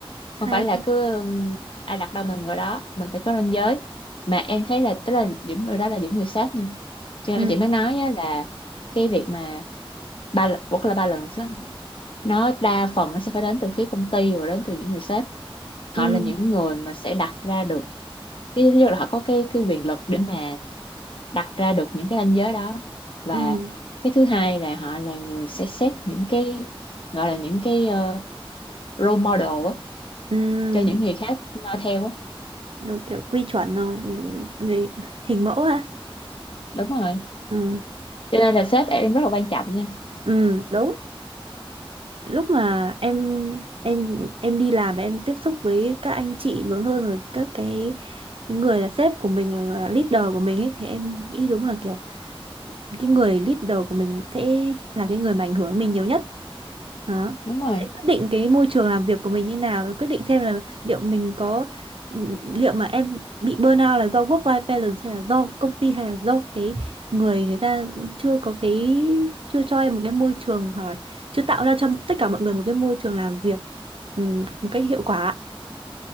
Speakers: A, on the right; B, on the left.
A: hay
B: không phải là
A: ha.
B: cứ ừm, ai đặt đâu mình ngồi đó mình phải có ranh giới mà em thấy là tức là những người đó là những người sếp nha cho
A: ừ
B: nên chị mới nói á, là cái việc mà ba work life balance á, nó đa phần nó sẽ phải đến từ phía công ty và đến từ những người sếp
A: ừ
B: họ là những người mà sẽ đặt ra được Cái- Tức là họ có cái cái quyền lực để mà đặt ra được những cái ranh giới đó và
A: ừ
B: cái thứ hai là họ là người sẽ xét những cái gọi là những cái ờ, role model á,
A: ừ
B: cho những người khác noi theo á
A: đúng kiểu quy chuẩn không người, người hình mẫu ha
B: đúng rồi
A: ừ
B: cho nên là sếp em rất là quan trọng nha
A: ừ đúng lúc mà em em em đi làm và em tiếp xúc với các anh chị lớn hơn rồi các cái cái người là sếp của mình là leader của mình ấy, thì em nghĩ đúng là kiểu cái người leader của mình sẽ là cái người mà ảnh hưởng mình nhiều nhất đó.
B: đúng rồi
A: Để quyết định cái môi trường làm việc của mình như nào và quyết định xem là liệu mình có ừ, liệu mà em bị burnout là do work life balance hay là do công ty hay là do cái người người ta chưa có cái chưa cho em một cái môi trường hoặc là chưa tạo ra cho tất cả mọi người một cái môi trường làm việc ừ, một cách hiệu quả.